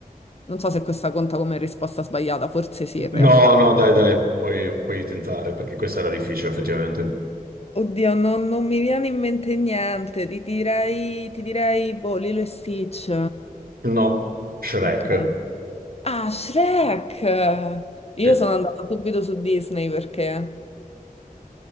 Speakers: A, on the left; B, on the right.
A: non so se questa conta come risposta sbagliata, forse sì in
B: no,
A: realtà.
B: no, dai, dai, puoi, puoi tentare perché questa era difficile, effettivamente.
A: Oddio, non, non mi viene in mente niente, ti direi, ti direi, boh, Lilo e Stitch.
B: No, Shrek.
A: Ok. Ah, Shrek! Io
B: Sì.
A: sono andata subito su Disney perché...